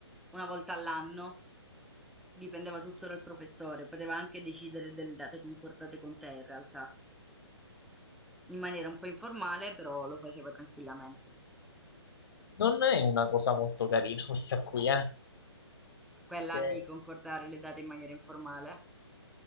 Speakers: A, in the centre; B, on the left.
A: una volta all'anno. Dipendeva tutto dal professore, poteva anche decidere delle date concordate con te in realtà, in maniera un po' informale, però lo faceva tranquillamente.
B: Non è una cosa molto carina questa qui, eh?
A: Quella
B: Cioè,
A: di concordare le date in maniera informale.